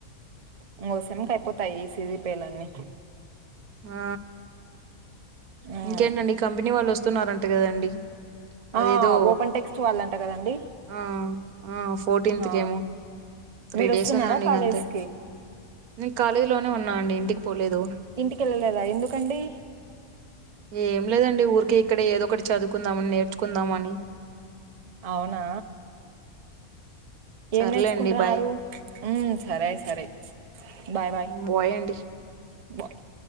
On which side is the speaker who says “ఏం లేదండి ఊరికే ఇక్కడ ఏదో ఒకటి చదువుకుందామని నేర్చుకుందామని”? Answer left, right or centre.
Right